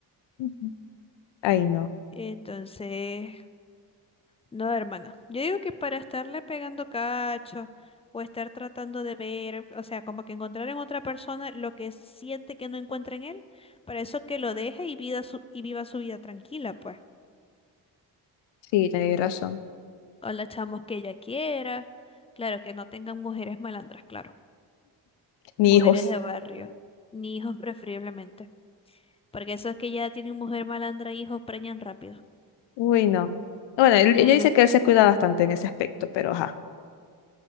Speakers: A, on the left (about 80°); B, on the left (about 15°).
A: Ujú. Ay, no.
B: Entonces, no, hermana. Yo digo que para estarle pegando cacho o estar tratando de ver, o sea, como que encontrar en otra persona lo que siente que no encuentra en él, para eso que lo deje y vida su- y viva su vida tranquila, pues.
A: Sí, tenés razón.
B: o la chamos que ella quiera. Claro, que no tengan mujeres malandras, claro.
A: Ni
B: Mujeres
A: hijos.
B: de barrio, ni hijos preferiblemente. Porque esos que ya tienen mujer malandra, hijos preñan rápido.
A: Uy, no. Bueno, él-
B: Ya
A: ella dice que él se cuida bastante en ese aspecto, pero ajá.